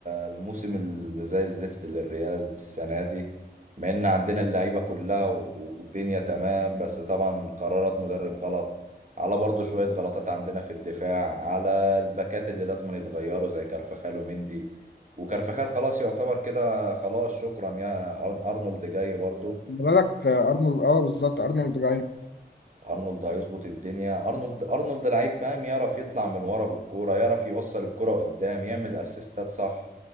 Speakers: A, on the right; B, on the left.
A: الموسم اللي زي الزفت للريال السنة دي مع ان عندنا اللعيبة كلها و- والدنيا تمام بس طبعا قرارات مدرب غلط على برضو شوية غلطات عندنا في الدفاع على الباكات اللي لازم يتغيروا زي كارفخال ومندي وكارفخال خلاص يعتبر كده خلاص شكرا يا أر- أرنولد جاي برضو
B: خلي بالك آه، أرنولد أه بالظبط أرنولد جاي
A: ارنولد هيظبط الدنيا ارنولد ارنولد لعيب فاهم يعرف يطلع من ورا بالكوره يعرف يوصل الكوره قدام يعمل اسيستات صح